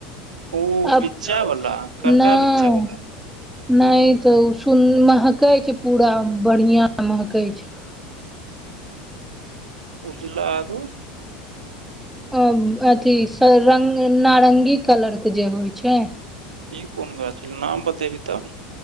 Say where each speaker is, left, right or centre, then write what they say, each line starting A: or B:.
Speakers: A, on the right; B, in the centre.
A: ओ
B: अब
A: बिच्चा बला कलका
B: नहि
A: बिच्चा बला
B: नहि तऽ ओ सुन महकै छै पूरा बढ़िआँ महकै छै
A: उजला आरु
B: अ अथी सँ नारंगी कलरके जे होय छै
A: ई कोन गाछ नाम बतेबही तब